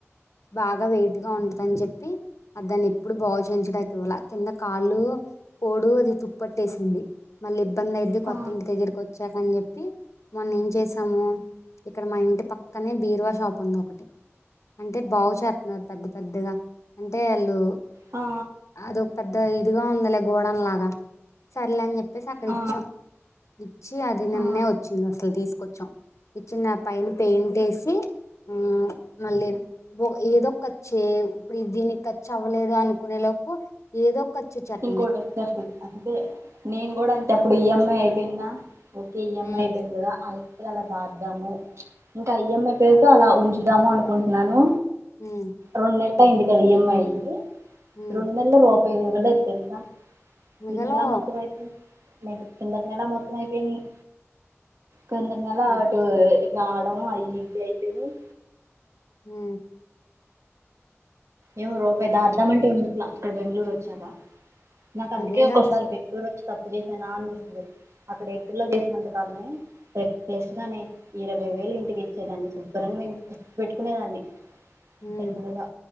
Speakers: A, on the left; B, on the right.
A: బాగా వెయిట్గా ఉంటదని చెప్పి అది దాన్ని ఎప్పుడు బాగు చేయించడానికి ఇవ్వళ కింద కాళ్ళు కోడు అది తుప్పట్టేసింది మళ్ళీ ఇబ్బంది అయిది కొత్త
B: ఆ
A: ఇంటి దగ్గరకి వచ్చాకని చెప్పి మొన్న ఏం చేసాము ఇక్కడ మా ఇంటి పక్కనే బీర్వా షాప్ ఉంది ఒకటి అంటే బాగు చేస్తున్నారు పెద్ద పెద్దగా అంటే వాళ్ళు
B: ఆ
A: అదో పెద్ద ఇదిగా ఉందిలే గోడంలాగా సర్లే అని చెప్పేసి అక్కడ
B: ఆ
A: ఇచ్చాం ఇచ్చి అది నిన్నే
B: ఆ
A: వచ్చింది అసలు తీసుకొచ్చాం ఇచ్చింది నా పైన పెయింట్ వేసి ఆ మళ్ళీ ఏదో ఓ ఏదో కచ్చె ఇప్పుడు ఇది దీనికి ఖర్చు అవ్వలేదు అనుకునేలో ప్పు ఏదో ఖర్చు వచ్చేస్తుంది
B: ఇంకోటి వచ్చేస్తుంది అంటే నేను కూడా అంతే అప్పుడు ఈఎంఐ అయిపోయింద ఓకే ఈఎంఐ
A: మ్మ్
B: అయిపోయింది కదా ఆ అలా దాద్దాము ఇంకా ఈఎంఐపో అలా ఉంచుదాము అనుకుంటున్నాను
A: మ్మ్
B: రెండు నెలలు అయింది కదా ఈఎంఐ అయి
A: మ్మ్
B: రెండు నెలల లోపు ఇవ్వలేదు తెలుసా
A: మిగలో
B: ఈ నెల మొత్తం అయిపోయి కిందటి నెలా మొత్తం అయిపోయినయ్ కిందటి నెల
A: అది
B: అటు రావడము అవి ఇవి అయిపోయినయ్
A: ఉ
B: ఏమో రూపాయి దాద్దాం అంటే ఉండట్లే ఇక్కడ బెంగళూరు వచ్చాక నాకు అందుకే
A: అదే
B: ఒక్కోసారి
A: కదా
B: బెంగళూరు తప్పు చేసా అనిపిస్తది అక్కడ ఎయిర్టెల్ లో చేసినంత కాలమే రెక్లేస్ గానే ఇరవై వేలు ఇంటికి ఇచ్చేదాన్ని శుభ్రంగా ఎత్తి పేట్టుకునేదాన్ని
A: మ్మ్
B: ఎక్కువగా